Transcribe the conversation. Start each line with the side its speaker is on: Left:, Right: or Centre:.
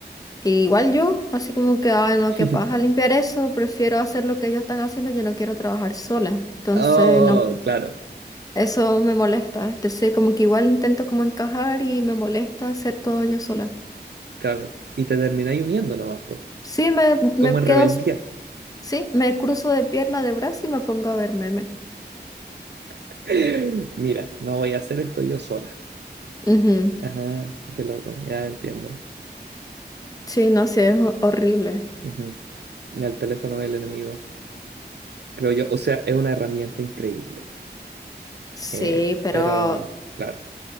Left: y igual yo, así como que, ay, no,
Right: <laughs>
Left: qué paja limpiar eso, prefiero hacer lo que ellos están haciendo, yo no quiero trabajar sola. Entonces,
Right: Oh,
Left: no,
Right: claro,
Left: eso me molesta. Entonces, como que igual intento como encajar y me molesta hacer todo yo sola.
Right: claro. Y te termináis uniendo nomás, po,
Left: Sí, me, me
Right: como
Left: quedo,
Right: en rebeldía.
Left: s- sí, me cruzo de pierna, de brazo y me pongo a ver memes
Right: <gasps> <laughs> Mira, no voy a hacer esto yo sola.
Left: Ujú.
Right: Ajá, qué loco, ya entiendo.
Left: Sí, no, sí, es ho- horrible.
Right: Ujú. El teléfono del enemigo, creo yo. O sea, es una herramienta increíble.
Left: Sí,
Right: Eh,
Left: pero
Right: pero, claro.